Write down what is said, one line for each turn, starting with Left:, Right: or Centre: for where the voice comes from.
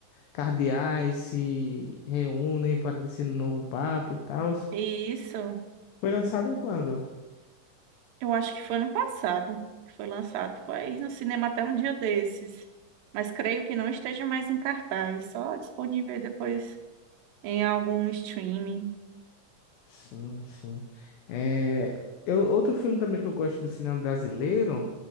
Left: cardeais se reúnem para decidir um novo papa e tal.
Right: Isso.
Left: Foi lançado quando?
Right: Eu acho que foi ano passado que foi lançado. Ficou aí no cinema até um dia desses. Mas creio que não esteja mais em cartaz, só disponível aí depois em algum streaming.
Left: Sim, sim. É, eu, outro filme também que eu gosto do cinema brasileiro,